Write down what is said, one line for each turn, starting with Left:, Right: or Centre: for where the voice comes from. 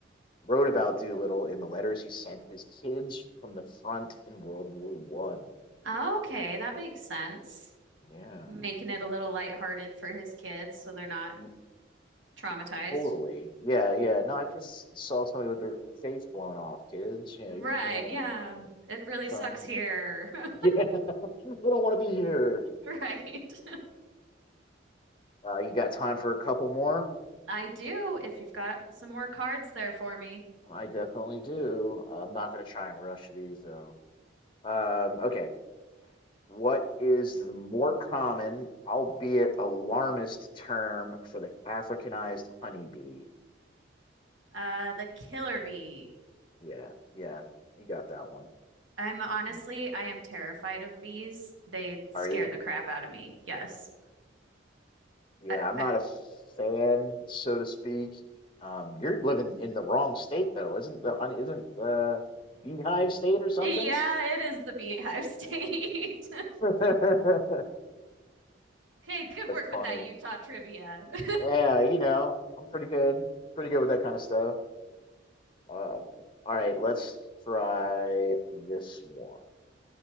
Left: wrote about Doolittle in the letters he sent his kids from the front in World War One.
Right: okay,
Left: So,
Right: that makes sense.
Left: yeah,
Right: Making it a little lighthearted for his kids so they're not
Left: Mm,
Right: traumatized.
Left: totally. Yeah, yeah. No, I just saw somebody with their face blown off, kids. Yeah, you're
Right: Right,
Left: you're gonna
Right: yeah. It really
Left: try
Right: sucks
Left: and
Right: here. <laughs>
Left: <laughs> yeah. We don't want to be here.
Right: Right. <laughs>
Left: Uh, you got time for a couple more?
Right: I do, if you've got some more cards there for me.
Left: I definitely do. I'm not gonna try and rush these though. Um, okay. What is the more common, albeit alarmist, term for the Africanized honeybee?
Right: Uh, the killer bee.
Left: Yeah, yeah, you got that one.
Right: I'm honestly,
Left: Mm,
Right: I am terrified of bees. They scare
Left: Are you?
Right: the crap out of me. Yes.
Left: Yeah,
Right: I,
Left: I'm not
Right: I,
Left: a fan, so to speak. Um, you're living in the wrong state though, isn't the honey, isn't the beehive state or something?
Right: yeah, it is the beehive <laughs> state.
Left: <laughs> That's
Right: Hey, good work
Left: funny.
Right: with that Utah trivia. <laughs>
Left: Yeah, you know, I'm pretty good, pretty good with that kind of stuff. Uh, all right, let's try this one.